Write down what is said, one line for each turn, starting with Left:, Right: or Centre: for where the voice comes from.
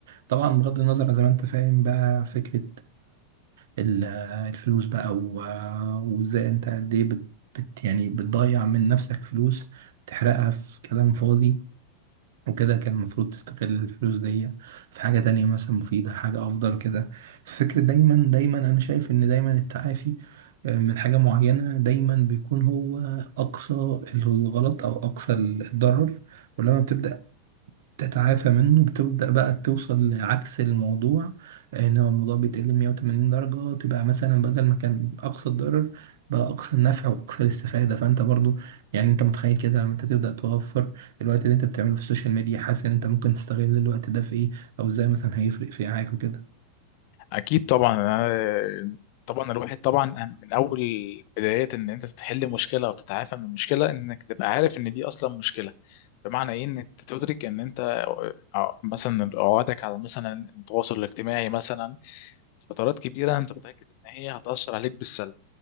Right: طبعا بغض النظر زي ما أنت فاهم بقى فكرة ال- الفلوس بقى و- وازاي انت قد ايه بت بت- يعني بتضيع من نفسك فلوس بتحرقها في كلام فاضي وكده كان المفروض تستغل الفلوس دي في حاجة تانية مثلا مفيدة حاجة أفضل كده فكرة دايما دايما أنا شايف إن دايما التعافي آه، من حاجة معينة دايما بيكون هو أقصى الغلط أو أقصى الضرر ولما بتبدأ تتعافى منه بتبدأ بقى توصل لعكس الموضوع ان هو الموضوع بيتقلب 180 درجة تبقى مثلا بدل ما كان اقصى الضرر بقى اقصى النفع واقصى الاستفادة فانت برضو يعني انت متخيل كده لما انت تبدأ توفر الوقت اللي انت بتعمله في السوشيال ميديا حاسس ان انت ممكن تستغل الوقت ده في ايه او ازاي مثلا هيفرق في معاك وكده
Left: اكيد طبعا أنا- طبعا الواحد طبعا من اول بدايات ان انت تحل مشكله وتتعافى من مشكله انك تبقى عارف ان دي اصلا مشكله بمعنى ايه ان انت تدرك ان انت آه، مثلا عقدك على مثلا التواصل الاجتماعي مثلا فترات كبيره انت متاكد ان هي هتاثر عليك بالسلب